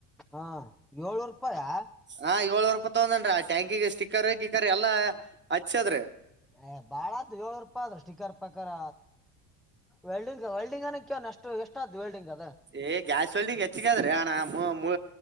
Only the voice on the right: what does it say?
ಹಾ ಏಳ್ನೂರೂಪಾಯ್ ತಗೊಂಡನ್ರಿ ಆ ಟ್ಯಾಂಕಿಗೆ ಸ್ಟಿಕ್ಕರ್ ಗಿಕ್ಕರ್ ಎಲ್ಲಾ ಹಚ್ಚದ್ರಿ
ಏ ಗ್ಯಾಸ್ ವೆಲ್ಡಿಂಗ್ ಹೆಚ್ಚಗದ್ರೀ ಅಣ್ಣಾ ಮು ಮು